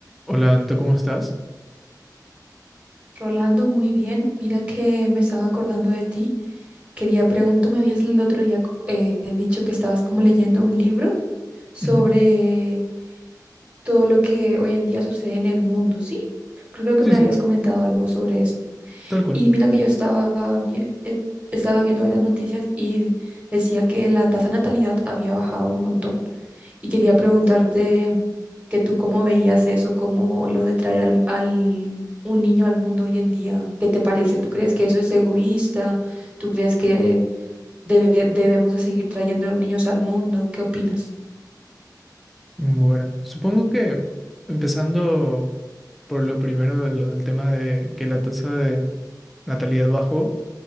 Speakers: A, in the centre; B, on the right (about 15°).
A: Hola, Anto, ¿cómo estás?
B: Rolando, muy bien. Mira que me estaba acordando de ti. Quería preguntar, tú me habías el otro día eh, dicho que estabas como leyendo un libro sobre
A: Ujú,
B: todo lo que hoy en día sucede en el mundo, ¿sí? Creo que
A: Sí,
B: me habías
A: sí,
B: comentado algo sobre eso.
A: tal cual.
B: Y mira que yo estaba, vi- eh, estaba viendo hoy las noticias y decía que la tasa de natalidad había bajado un montón. Y quería preguntarte que tú cómo veías eso, cómo lo de traer al, al- un niño al mundo hoy en día. ¿Qué te parece? ¿Tú crees que eso es egoísta? ¿Tú crees que debe- debemos de seguir trayendo niños al mundo? ¿Qué opinas?
A: Bueno, supongo que empezando por lo primero, lo del tema de que la tasa de natalidad bajó,